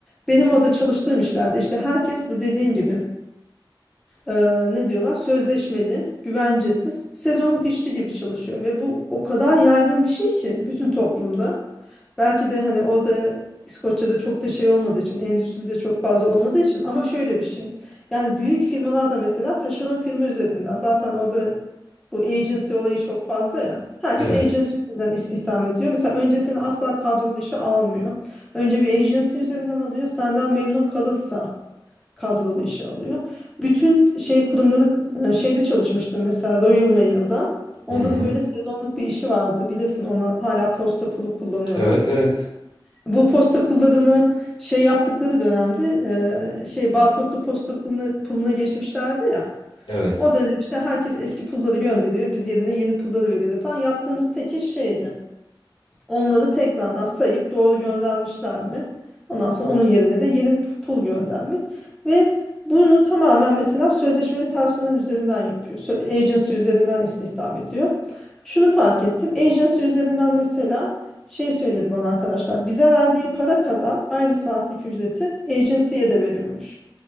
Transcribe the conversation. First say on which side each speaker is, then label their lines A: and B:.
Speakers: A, in the centre; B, on the left.
A: benim orada çalıştığım işlerde işte herkes bu dediğin gibi eee, ne diyorlar sözleşmeli, güvencesiz, sezonluk işçi gibi çalışıyor ve bu o kadar yaygın bir şey ki bütün toplumda. Belki de hani o da İskoçya'da çok da şey olmadığı için, endüstride çok fazla olmadığı için ama şöyle bir şey. Yani büyük firmalarda mesela taşeron firma üzerinden zaten orada bu agency olayı çok fazla ya. Herkes
B: Evet.
A: agency üzerinden istihdam ediyor. Mesela önce seni asla kadrolu işe almıyor. Önce bir agency üzerinden alıyor. Senden memnun kalırsa kadrolu işe alıyor. Bütün şey kurumları e, şeyde çalışmıştım mesela Royal Mail'da. Onların
B: Hı hı.
A: böyle sezonluk bir işi vardı. Bilirsin ona hala posta pulu kullanıyorlar.
B: Evet evet.
A: Bu posta kullarını şey yaptıkları dönemde e, şey barkodlu posta puluna, puluna geçmişlerdi ya.
B: Evet.
A: O dönem işte herkes eski pulları gönderiyor. Biz yerine yeni pulları veriyorduk falan. Yaptığımız tek iş şeydi. Onları tekrardan sayıp doğru göndermişler mi? Ondan sonra onun yerine de yeni p- pul göndermek. Ve bunu tamamen mesela sözleşmeli personel üzerinden yapıyor. Sö- Agency üzerinden istihdam ediyor. Şunu fark ettim. Agency üzerinden mesela şey söyledi bana arkadaşlar. Bize verdiği para kadar aynı saatlik ücreti agency'ye de veriyormuş.